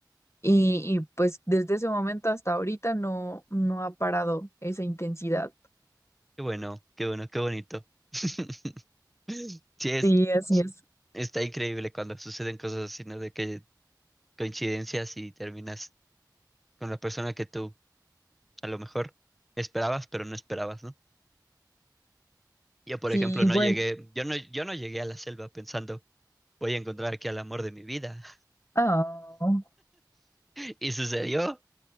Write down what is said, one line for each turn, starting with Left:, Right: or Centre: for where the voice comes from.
Left: Y, y pues desde ese momento hasta ahorita no, no ha parado esa intensidad.
Centre: Qué bueno, qué bueno, qué bonito. <laughs> Sí, es,
Left: Sí, así es.
Centre: está increíble cuando suceden cosas así, ¿no? De que coincidencias y terminas con la persona que tú a lo mejor esperabas, pero no esperabas, ¿no? Yo, por
Left: Sí,
Centre: ejemplo, no
Left: bueno,
Centre: llegué, yo no, yo no llegué a la selva pensando, voy a encontrar aquí al amor de mi vida.
Left: ah,
Centre: <laughs> Y sucedió.